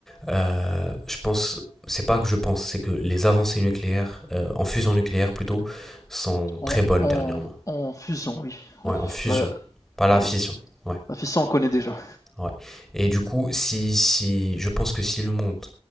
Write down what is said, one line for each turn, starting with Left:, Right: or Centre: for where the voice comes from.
Centre: euh, je pense, c'est pas que je pense, c'est que les avancées nucléaires, euh, en fusion nucléaire plutôt, sont
Left: en,
Centre: très bonnes
Left: en,
Centre: dernièrement.
Left: en fusion, oui,
Centre: Ouais,
Left: oui.
Centre: en fusion,
Left: Là,
Centre: pas la
Left: ouais,
Centre: fission.
Left: ouais.
Centre: Ouais,
Left: La fission, on connaît déjà.
Centre: ouais. Et du coup, si, si, je pense que si le monde